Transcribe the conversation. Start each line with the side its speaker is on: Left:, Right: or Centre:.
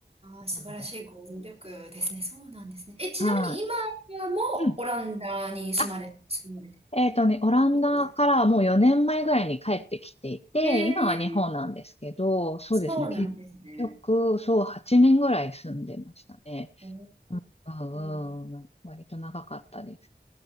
Left: そうなんです。
Right: ー、素晴らしい行動力ですね。そうなんですね。え、ちなみに今はもうオランダに住まれ、
Left: はい。うんあ、
Right: 住まれて
Left: えっとね、オランダからもう4年前ぐらいに帰ってきていて、
Right: いるすへえ、
Left: 今は日本なんですけど、そうですね、
Right: そうなんですね。
Left: 結局、そう、8年ぐらい住んでましたね。
Right: お
Left: うん、うん、
Right: ー、
Left: うん、割と長かったです。